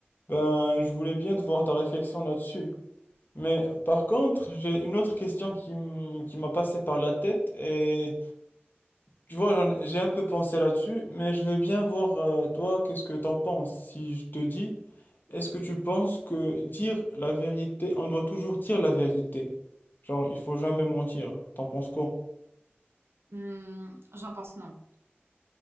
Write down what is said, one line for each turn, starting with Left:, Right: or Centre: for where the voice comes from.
Left: Ben, je voulais bien te voir ta réflexion là-dessus. Mais par contre, j'ai une autre question qui m- qui m'a passé par la tête et Tu vois, j'en- j'ai un peu pensé là-dessus, mais je veux bien voir, euh, toi, qu'est-ce que t'en penses. Si je te dis, est-ce que tu penses que dire la vérité, on doit toujours dire la vérité? Genre, il faut jamais mentir. T'en penses quoi?
Right: Hmm, j'en pense non.